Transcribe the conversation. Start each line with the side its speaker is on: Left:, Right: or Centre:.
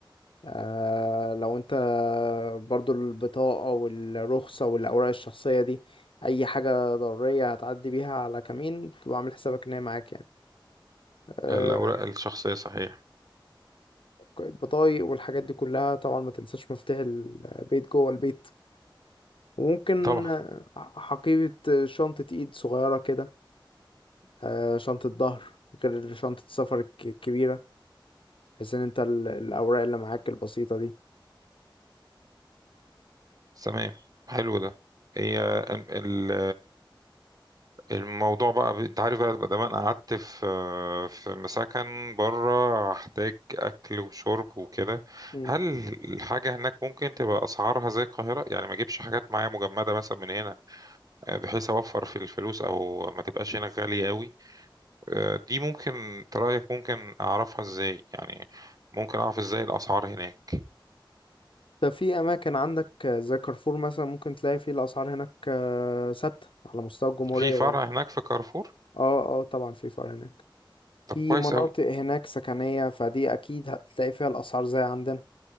Left: آه، لو انت برضو البطاقه والرخصه والاوراق الشخصيه دي اي حاجه ضروريه هتعدي بيها على كمين تبقى عامل حسابك ان هي معاك يعني آه،
Right: الاوراق الشخصية صحيح
Left: البطايق والحاجات دي كلها طبعا ما تنساش مفتاح البيت جوه البيت وممكن
Right: طبعا
Left: حقيبه شنطه ايد صغيره كده آه، شنطه ظهر غير شنطه السفر الك- الكبيره بحيث ان انت ال- الاوراق اللي معاك البسيطه دي
Right: تمام حلو ده هي ال- الموضوع بقى ب- انت عارف بقى ما انا قعدت في في مسكن بره هحتاج اكل وشرب وكده
Left: مم.
Right: هل الحاجه هناك ممكن تبقى اسعارها زي القاهره يعني ما اجيبش حاجات معايا مجمده مثلا من هنا آه، بحيث اوفر في الفلوس او ما تبقاش هنا غاليه قوي آه، دي ممكن انت رايك ممكن اعرفها ازاي يعني ممكن اعرف ازاي الاسعار هناك
Left: ده في اماكن عندك آه، زي كارفور مثلا ممكن تلاقي فيه الاسعار هناك آه، ثابته على مستوى الجمهوريه
Right: في فرع
Left: يعني
Right: هناك في كارفور
Left: اه اه طبعا في فرع هناك في
Right: طب كويس
Left: مناطق هناك سكنيه فدي اكيد هتلاقي فيها الاسعار زي عندنا